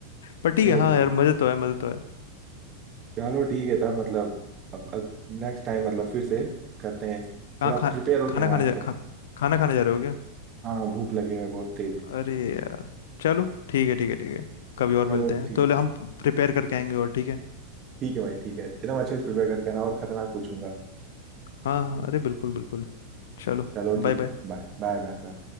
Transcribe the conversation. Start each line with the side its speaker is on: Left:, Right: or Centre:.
Left: पर ठीक
Right: अरे
Left: है हाँ
Right: वो
Left: यार मजे तो है मजे तो है
Right: चलो ठीक है तब मतलब अब, अब नेक्स्ट टाइम मतलब फिर से करते हैं
Left: कहाँ
Right: थोड़ा प्रिपेयर
Left: खा
Right: हो क्या
Left: खाना
Right: रहा
Left: खाने
Right: है
Left: जा
Right: तुम
Left: खा, खाना खाने जा रहे हो क्या
Right: हाँ हाँ भूख लगे हुए बहुत तेज
Left: अरे यार चलो ठीक है ठीक है ठीक है कभी और
Right: चलो
Left: मिलते हैं
Right: ठीक
Left: तो ले हम प्रिपेयर करके आएंगे और ठीक है
Right: ठीक है भाई ठीक है एकदम अच्छे से प्रिपेयर करके आना और खतरनाक पूछूंगा
Left: हाँ हाँ अरे बिल्कुल बिल्कुल चलो
Right: चलो
Left: बाय
Right: ठीक
Left: बाय
Right: है बाय बाय बाय बाय